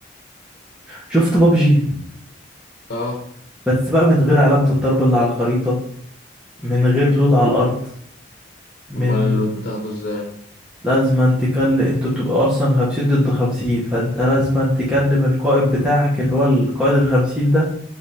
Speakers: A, in the centre; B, on the left.
A: شفت بابجي
B: اه
A: بس بقى من غير علامة الضرب اللي على الخريطة من غير لوت على الارض من
B: امال اللوت بتاخده ازاي؟
A: لازم أن تكلم انتوا بتبقوا اصلا خمسين ضد خمسين فانت لازم أن تكلم القائد بتاعك اللي هو القائد الخمسين ده